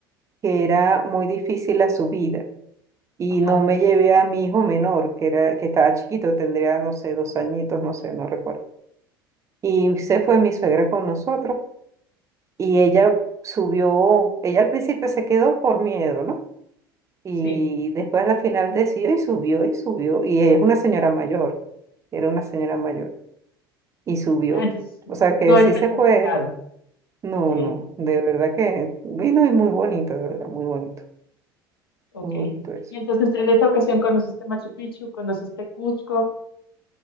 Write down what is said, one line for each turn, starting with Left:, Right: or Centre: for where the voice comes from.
Right: que era muy difícil la subida y
Left: Ajá,
Right: no me llevé a mi hijo menor, que era, que estaba chiquito, tendría, no sé, dos añitos, no sé, no recuerdo. Y se fue mi suegra con nosotros y ella subió, ella al principio se quedó por miedo, ¿no? Y
Left: sí.
Right: después a la final decidió y subió y subió. Y ella es una señora mayor, era una señora mayor y subió.
Left: Ah, entonces no,
Right: O sea
Left: no
Right: que
Left: es
Right: sí
Left: tan
Right: se
Left: complicado.
Right: puede. No,
Left: Ok,
Right: no, de verdad que vino y muy bonito, de verdad, muy bonito,
Left: ok.
Right: muy bonito eso.
Left: Y entonces en esta ocasión conociste Machu Picchu, conociste Cusco.